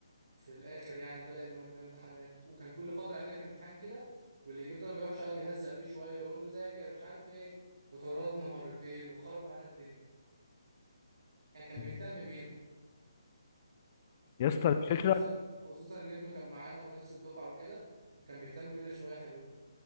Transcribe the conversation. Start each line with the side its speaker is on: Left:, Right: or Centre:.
Right: في الاخر يعني بدا ان هو يدينا امتحانات وكان كل فتره يعمل لك امتحان كده واللي يجيب درجه وحشه يقعد يهزق فيه شويه ويقول له ذاكر مش عارف ايه وطردنا مرتين وخرب معانا الدنيا يعني كان
Left: مم.
Right: بيهتم بينا
Left: يا اسطى
Right: فاهمني
Left: الفكره
Right: خصوصا خصوصا ان ابنه كان معانا ونفس الدفعه وكده فكان بيهتم بينا شويه حلوين